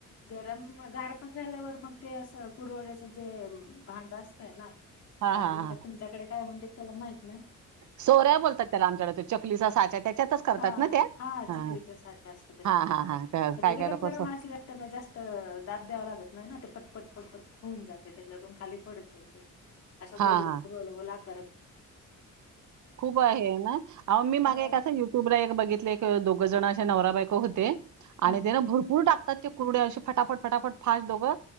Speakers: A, on the left (about 50°); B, on the right (about 65°).
A: गरम गार पण झाल्यावर मग ते असं कुरवड्याचं जे भांड असतंय ना
B: हां,
A: काय
B: हां,
A: म्हणतात
B: हां.
A: तुमच्याकडे काय म्हणतेत त्याला माहीत नाही
B: सोऱ्या बोलतात त्याला आमच्याकडे चकलीचा साच्या त्याच्यातच करतात
A: हां
B: ना
A: हां
B: त्या
A: हां हां.
B: हा
A: चकलीचा साचा असतो त्याच्यामध्ये.
B: हा हा काय
A: मग ते
B: काय
A: गरम
B: लोक
A: गरम
B: अस
A: असल्या जास्त दाब द्यावा लागत नाही ना ते पटपट पटपट होऊन जाते त्याच्यातून खाली पडत ते असं
B: हां,
A: गोल
B: हां,
A: गोल <inaudible> लागत
B: खूप आहे ना ओ मी माग
A: हां
B: एक असं युट्यूबला एक बघितल एक दोघ जण असे नवरा बायक होते
A: हम्म
B: आणि ते ना भरपूर टाकतात ते कुरडे असे फटाफट फटाफट फास्ट दोघं